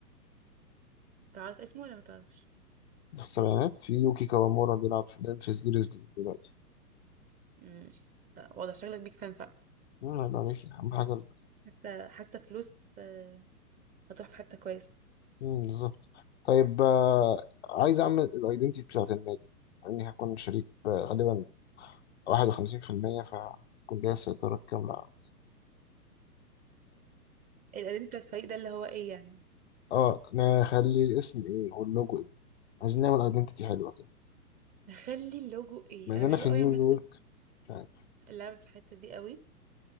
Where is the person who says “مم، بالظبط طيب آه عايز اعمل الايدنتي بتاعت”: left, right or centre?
Left